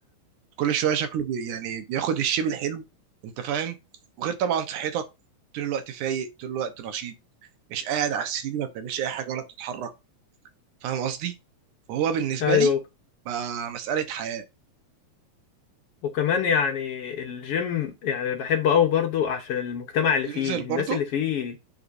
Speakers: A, on the right; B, on the left.
A: كل شويه شكله بي يعني بياخد الشيب الحلو انت فاهم وغير طبعا صحتك طول الوقت فايق طول الوقت نشيط مش قاعد على السرير ما بتعملش اي حاجه ولا بتتحرك فاهم قصدي فهو بالنسبه
B: ايوه
A: لي بقى مساله حياه
B: وكمان يعني الجيم يعني بحبه قوي برضو عشان المجتمع اللي
A: تنزل
B: فيه
A: برضه
B: الناس اللي فيه